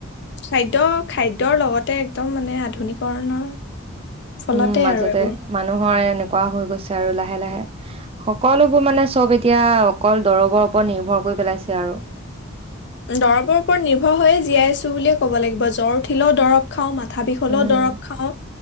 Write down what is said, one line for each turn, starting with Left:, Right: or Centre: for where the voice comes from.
Left: খাদ্য খাদ্যৰ লগতে একদম মানে আধুনিকৰণৰ ফলতে
Right: উম মাজতে
Left: আৰু এইবোৰ
Right: মানুহৰ এনেকুৱা হৈ গৈছে আৰু লাহে লাহে সকলোবোৰ মানে চব এতিয়া অকল দৰবৰ ওপৰত নিৰ্ভৰ কৰি পেলাইছে আৰু
Left: দৰবৰ ওপৰত নিৰ্ভৰ হৈয়ে জীয়াই আছো বুলিয়ে ক'ব লাগিব জ্বৰ উঠিলেও দৰব খাও মা মাথা বিষ হ'লেও
Right: উম
Left: দৰৱ খাওঁ